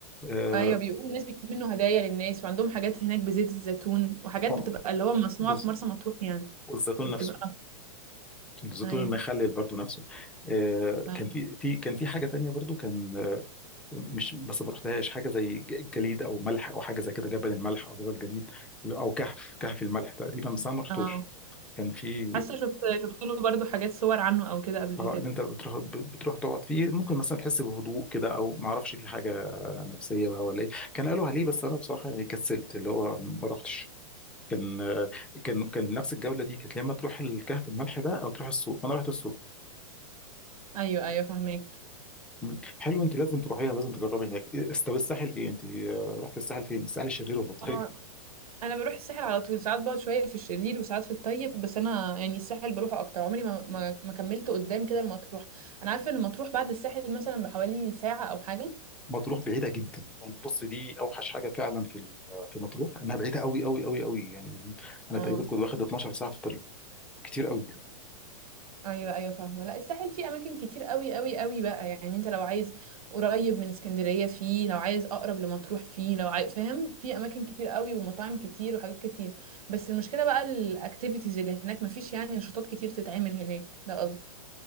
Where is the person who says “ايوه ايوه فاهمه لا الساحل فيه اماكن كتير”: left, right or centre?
Right